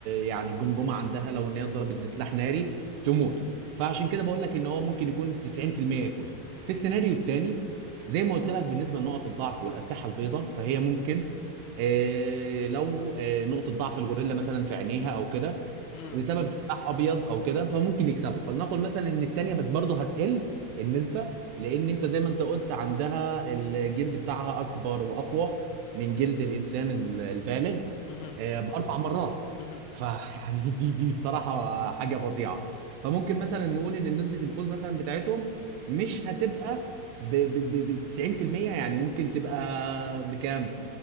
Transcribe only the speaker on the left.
امم
امم
امم